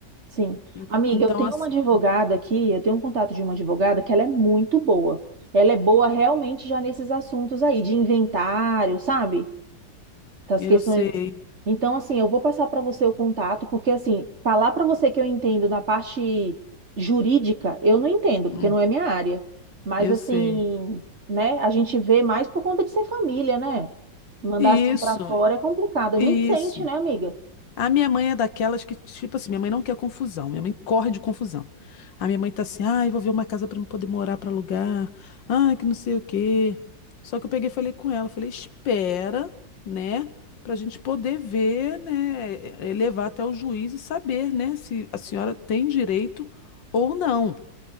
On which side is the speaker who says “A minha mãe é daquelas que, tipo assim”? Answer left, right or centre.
Left